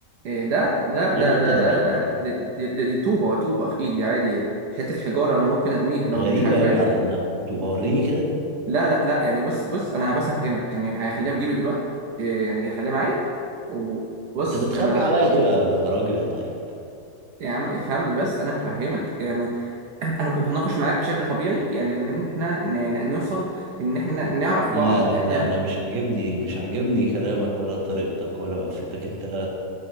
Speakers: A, on the right (about 70°); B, on the right (about 50°).
A: إيه ده لا ده
B: ايه اللي
A: ده
B: انت لابسه
A: ده
B: ده؟
A: دي, دي, دي طوبة طوبة في ايدي عادي حتة حجارة انا ممكن ارميها لو
B: غريبة
A: مش عاجباك
B: قوي على انك كنت بوريني كده
A: لا لا لا يعني بص بص انا بس افهمك يعني هيخليها في جيبي دلوقتي إيه يعني هيخليها معايا وبص
B: انت بتخبي
A: انا
B: عليا ايه يا راجل يا طيب
A: يا عم افهمني بس انا هفهمك يعني <clears throat> انا كنت بتناقش معاك بشكل طبيعي يعني ان احنا ن- ن- نوصل ان احنا نعرف بعض
B: لا لا
A: احنا
B: لا انا مش عاجبني مش عاجبني كلامك ولا طريقتك ولا وقفتك انت